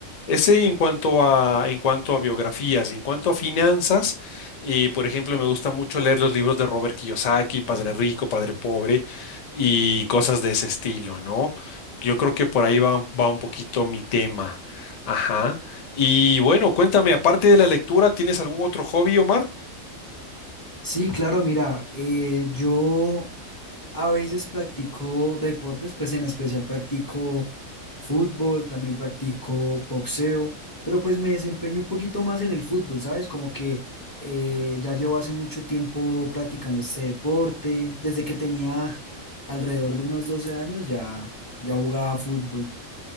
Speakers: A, on the left; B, on the left.
A: ese en cuanto a, en cuanto a biografías, en cuanto a finanzas, eh, por ejemplo, me gusta mucho leer los libros de Robert Kiyosaki, Padre Rico, Padre Pobre y cosas de ese estilo, ¿no? Yo creo que por ahí va, va un poquito mi tema. Ajá. Y bueno, cuéntame, aparte de la lectura, ¿tienes algún otro hobby, Omar?
B: Sí, claro, mira, eh, yo A veces practico deportes, pues en especial practico fútbol, también practico boxeo, pero pues me desempeño un poquito más en el fútbol, ¿sabes? Como que eh, ya llevo hace mucho tiempo practicando este deporte, desde que tenía alrededor de unos doce años ya, ya jugaba fútbol.